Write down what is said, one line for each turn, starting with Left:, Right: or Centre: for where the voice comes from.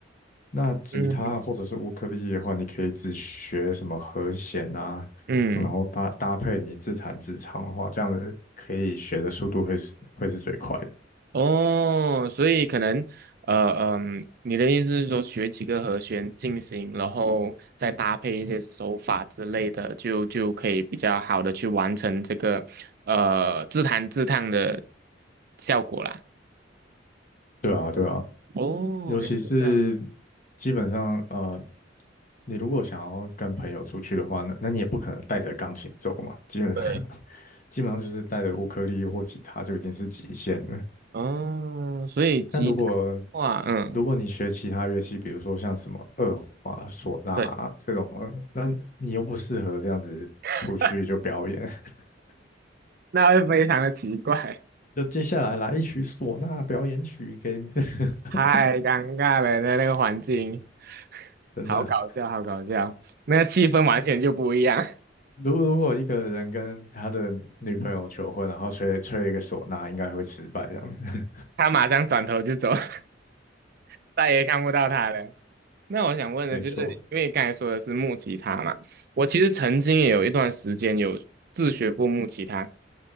Left: 那吉他或者是乌克丽丽的话，
Right: 嗯
Left: 你可以只学什么和弦啊，
Right: 嗯。
Left: 然后搭搭配你自弹自唱的话，这样子可以学的速度会是会是最快的。
Right: 哦，所以可能，呃嗯，你的意思是说学几个和弦进行，然后再搭配一些手法之类的，就就可以比较好的去完成这个呃自弹自唱的效果啦。
Left: 对啊，对啊，
Right: 哦，
Left: 尤其是
Right: 原来是这样。
Left: 基本上呃，你如果想要跟朋友出去的话，那那你也不可能带着钢琴走嘛，基本上
Right: 对，
Left: <laughs> 基本上就是带着乌克丽丽或吉他就已经是极限了。
Right: 哦，所以吉他的话嗯，
Left: 那如果如果你学其他乐器，比如说像什么二胡啊、唢呐啊这种，
Right: 对，
Left: 那你又不适合这样子出去就表演。
Right: <laughs>
Left: <laughs>
Right: 那会非常的奇怪，
Left: 就接下来来一曲唢呐表演曲给你，<laughs>
Right: 太尴尬了，那那个环境，<laughs>
Left: 真的。
Right: 好搞笑，好搞笑，那个气氛完全就不一样。
Left: 如如果一个人跟他的女朋友求婚，然后吹吹了一个唢呐，应该会失败这样子。
Right: 他马上转头就走，<laughs> 再也看不到他了。那我想问的就是，
Left: <laughs> 没错，
Right: 因为刚才说的是木吉他嘛，我其实曾经也有一段时间有自学过木吉他，